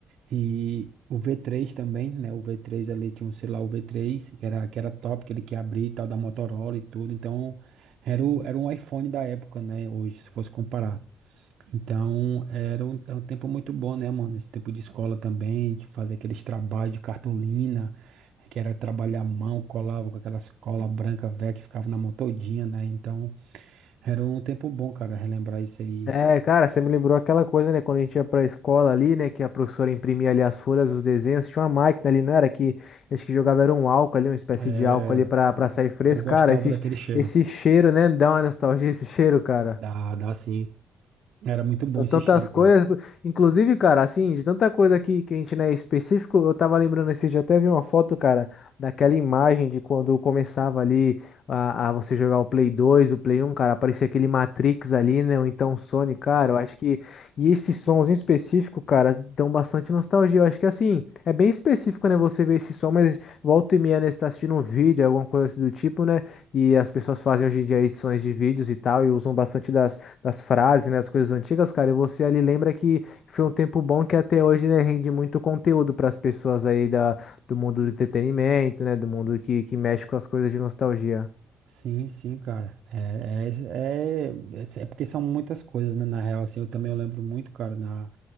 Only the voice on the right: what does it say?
E o V3 também, né? O V3 ali tinha um celular, o V3, que era, que era top, que ele que abria e tal, da Motorola e tudo. Então, era, o, era um iPhone da época, né? Hoje, se fosse comparar. Então, era um, é um tempo muito bom, né, mano? Esse tempo de escola também, de fazer aqueles trabalhos de cartolina, que era trabalhar a mão, colava com aquelas cola branca velha que ficava na mão todinha, né? Então, era um tempo bom, cara, relembrar isso aí.
Era.
eu gostava
daquele cheiro,
dá dá sim era muito
bom esse
cheiro, cara.
Sim, sim, cara. É, é, é, é é porque são muitas coisas, né? Na real, assim, eu também eu lembro muito, cara, na,